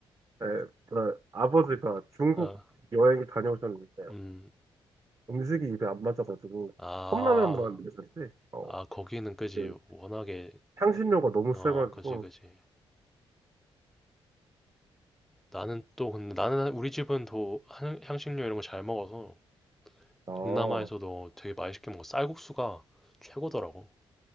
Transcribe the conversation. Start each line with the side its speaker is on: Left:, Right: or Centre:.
Right: 예, 그 아버지가
Centre: <laughs>
Right: 중국
Centre: 어,
Right: 여행 다녀오셨는데
Centre: 음.
Right: 음식이 입에 안 맞아가지고
Centre: 아,
Right: 컵라면만 드셨지. 어,
Centre: 아, 거기는 그지.
Right: 그
Centre: 워낙에,
Right: 향신료가 너무
Centre: 어,
Right: 세가지고,
Centre: 그지, 그지. 나는 또, 근데 나는 우리 집은 더 한- 향신료 이런 거 잘 먹어서
Right: 아,
Centre: 동남아에서도 되게 맛있게 먹어. 쌀국수가 최고더라고.